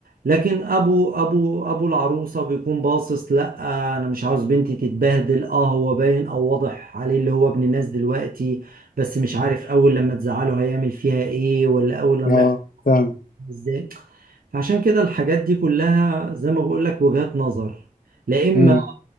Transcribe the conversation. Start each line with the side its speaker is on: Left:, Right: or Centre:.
Right: لكن ابو ابو ابو العروسه بيكون باصص لا انا مش عاوز بنتي تتبهدل اه هو باين او واضح عليه اللي هو ابن الناس دلوقتي بس مش عارف اول لما تزعله هيعمل فيها ايه ولا اول لما
Left: اه
Right: يحصل
Left: فاهم
Right: ازاي فعشان كده الحاجات دي كلها زي ما بقول لك وجهات نظر لا اما
Left: امم